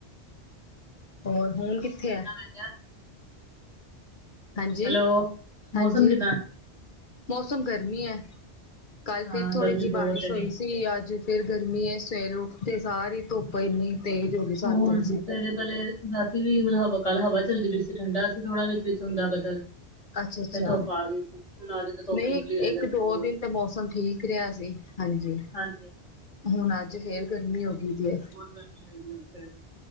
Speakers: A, on the left; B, on the left.
A: ਹੋਰ, ਹੁਣ
B: ਮੌਸਮ
A: ਕਿੱਥੇ
B: ਕਿੱਦਾਂ
A: ਹੈ?
B: ਮੈਂ ਕਿਹਾ
A: ਹਾਂਜੀ,
B: ਹੈਲੋ ਮੌਸਮ
A: ਹਾਂਜੀ
B: ਕਿੱਦਾਂ
A: ਮੌਸਮ ਗਰਮੀ ਹੈ। ਕੱਲ
B: ਹਾਂ
A: ਫਿਰ ਥੋੜ੍ਹੀ
B: ਗਰਮੀ
A: ਜਿਹੀ ਬਾਰਿਸ਼
B: ਬਹੁਤ ਹੈ
A: ਹੋਈ ਸੀ। ਫਿਰ ਅੱਜ, ਫਿਰ ਗਰਮੀ ਐ, ਸਵੇਰੇ ਉੱਠਦੇ ਸਾਰ ਹੀ ਧੁੱਪ ਇੰਨੀ। ਤੇਜ਼ ਹੋ ਗਈ ਸੱਤ
B: ਹੋਣ।
A: ਵਜੇ
B: ਕੱਲ, ਰਾਤੀ ਵੀ ਮਤਲਬ ਹਵਾ ਕਾਲ ਹਵਾ ਚੱਲਦੀ ਪੀ ਸੀ ਠੰਡਾ ਸੀ ਥੋੜਾ ਵਿੱਚ-ਵਿੱਚ ਹੁੰਦਾ ਬੱਦਲ।
A: ਅੱਛਾ- ਅੱਛਾ
B: ਫੇਰ ਧੁੱਪ ਆ ਗਈ ਸੀ ਹੁਣ ਅੱਜ ਤਾਂ ਧੁੱਪ
A: ਨਹੀਂ,
B: ਨਿਕਲੀ ਹੋਈ ਹੈ
A: ਇੱਕ
B: ਗਰਮੀ
A: ਦੋ
B: ਬਹੁਤ
A: ਦਿਨ
B: ਹੈ।
A: ਤਾਂ ਮੌਸਮ ਠੀਕ ਰਿਹਾ ਸੀ ਹਾਂਜੀ,
B: ਹਾਂਜੀ
A: ਹੁਣ ਅੱਜ ਫੇਰ ਗਰਮੀ ਹੋ ਗਈ ਜੇ
B: ਬਹੁਤ ਗਰਮੀ ਹੈਦੀ ਫਿਰ